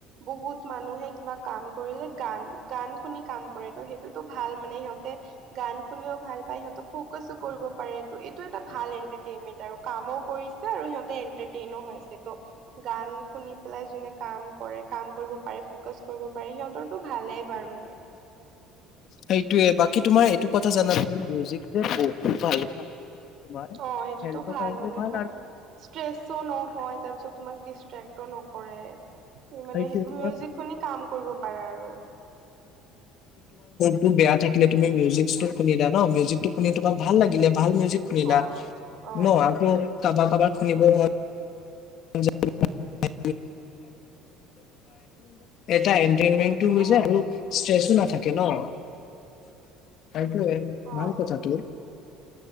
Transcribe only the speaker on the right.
বহুত মানুহে কিবা কাম কৰিলে গান, গান শুনি কাম কৰে ত', সেইটোতো ভাল মানে সিহঁতে গান শুনিও ভাল পায়, সিহঁতক ফকাচো কৰিব পাৰে। এইটো, এটা ভাল এন্টাৰটেইনমেন্ট আৰু কামো কৰিছে আৰু সিহতে এণ্টাৰটেইনও হৈছে ত', গান শুনি পেলাই যোনে কাম কৰে, কাম কৰিব পাৰে, ফকাচ কৰিব পাৰে, সিহঁতৰ- টো ভালেই বাৰু
অ', সেইটোতো
ভাল
মানে তোমাৰ-
ষ্ট্ৰেছও নহয় তাৰপিছত তোমাক ডিষ্ট্ৰেক্টও নকৰে তুমি মানে
সেইটো
মিউজিক শুনি কাম কৰিব পাৰা আৰু
অ অ
অ
অ